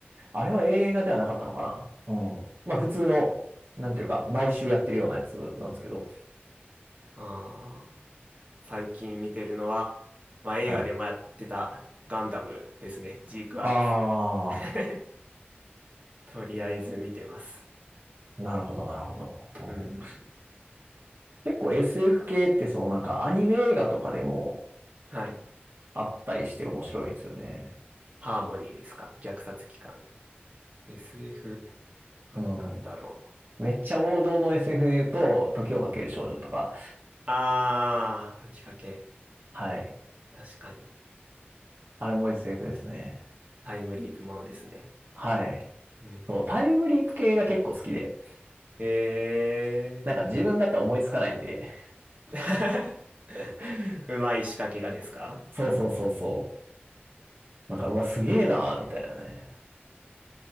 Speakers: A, on the right; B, on the right.
A: あれは映画ではなかったのかなうん。まあ普通の、なんていうか、毎週やってるようなやつなんですけど。
B: ああ最近見てるのは、まあ、映画でもやってたガンダムですね。
A: はい。
B: ジークアクス。
A: あ
B: <laughs> とりあえず見てます。
A: あ、なるほど、なるほど。
B: うんうん。
A: うん、結構 SF 系って、そのなんかアニメ映画とかでも
B: はい。
A: あったりして面白いんですよね。
B: ハーモニーですか。虐殺機関。SF。あとなんだろう。
A: うん。めっちゃ王道の SF で言うと、時をかける少女とか。
B: ああ、解きかけ。
A: はい。
B: 確かに。
A: あれも SF ですね。
B: タイムリープものですね。
A: はい。
B: うんうん。
A: そう、タイムリープ系が結構好きで。
B: ええ
A: なんか自分だったら思いつかないんで。
B: ー。
A: <laughs>
B: <laughs> うまい仕掛けがですか
A: そうそうそうそう。なんか、
B: うん
A: うわ、すげえなーみたいなね。